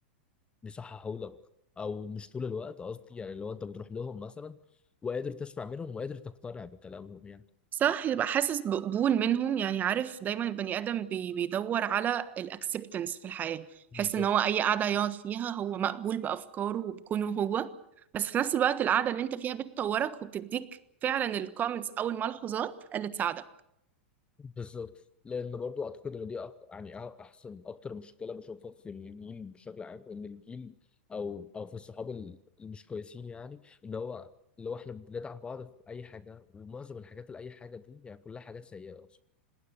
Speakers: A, on the left (about 15°); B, on the right (about 30°).
A: بيصححوا لك او مش طول الوقت قصدي يعني لو انت بتروح لهم مثلا وقادر تسمع منهم وقادر تقتنع بكلامهم يعني
B: صح يبقى حاسس بقبول منهم يعني عارف دايما البني ادم بي بيدور على الاكسبتنس في الحياه
A: بالظبط
B: يحس ان هو اي قعده يقعد فيها هو مقبول بافكاره وبكونه هو بس في نفس الوقت القعده اللي انت فيها بتطورك وبتديك فعلا الكومنتس او الملحوظات اللي تساعدك
A: بالظبط لان برضو اعتقد ان دي أكتر يعني أ- احسن اكتر مشكله بشوفها في الجيل بشكل عام ان الجيل او او في الصحاب ال- المش كويسين يعني ان هو اللي هو احنا بندعم بعض في اي حاجه ومعظم الحاجات اللي اي حاجه دي يعني كلها حاجات سيئه اصلا